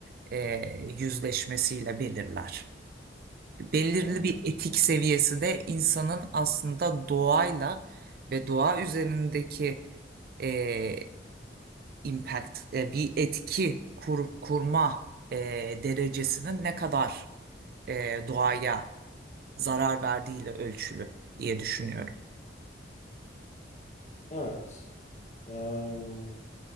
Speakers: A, on the right; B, on the left.
A: e, yüzleşmesiyle belirler. Belirli
B: anlıyorum.
A: bir etik seviyesi de insanın aslında doğayla ve doğa üzerindeki e, impact, e, bir etki kur- kurma e, derecesinin ne kadar e, doğaya zarar verdiğiyle ölçülü diye düşünüyorum.
B: Evet. Eee,